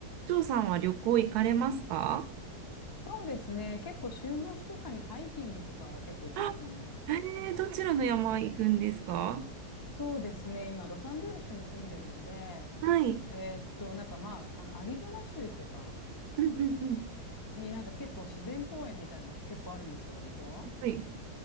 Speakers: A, on the right; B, on the left.
A: 長さんは旅行行かれますか
B: そうですね。結構週末とかにハイキングとか結構行きますね。
A: あ、えー、どちらの山行くんですか
B: そうですね。今、ロサンゼルスに住んでるので、
A: はい。
B: えーっと、なんかまあ、あの、アリゾナ州とか
A: うんうんうん。
B: になんか結構自然公園みたいなのが結構あるんですよ、割と。
A: はい。